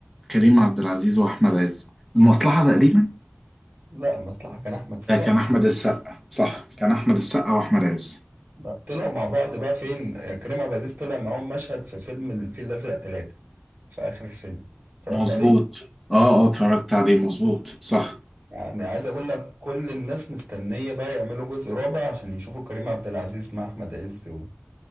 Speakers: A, in the centre; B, on the right.
A: كريم عبد العزيز وأحمد عز المصلحة تقريبا
B: لا المصلحة كان أحمد السقا
A: ده كان أحمد السقا صح كان أحمد السقا وأحمد عز
B: لا، طلعوا مع بعض بقى فين كريم عبد العزيز طلع معاهم مشهد في فيلم الفيل الأزرق ثلاثة في آخر الفيلم اتفرجت
A: مظبوط
B: عليه
A: اه اه اتفرجت عليه مظبوط صح
B: يعني عايز أقول لك كل الناس مستنية بقى يعملوا جزء رابع عشان يشوفوا كريم عبد العزيز مع أحمد عز و-